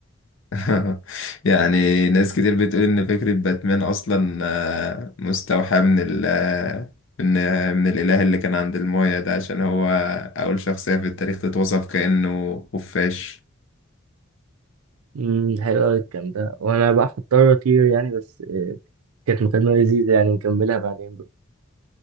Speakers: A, on the left (about 60°); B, on the right (about 80°).
A: <laughs> يعني ناس كتير بتقول ان فكرة باتمان اصلا آه، مستوحى من ال آه، من آه، من الاله اللي كان عند المايا ده عشان هو اول شخصية في التاريخ تتوصف كأنه خفاش
B: امم حلو أوي الكلام ده وأنا بقى هضطر أطير يعني بس آه، كانت مكالمة لذيذة يعني نكملها بعدين بقى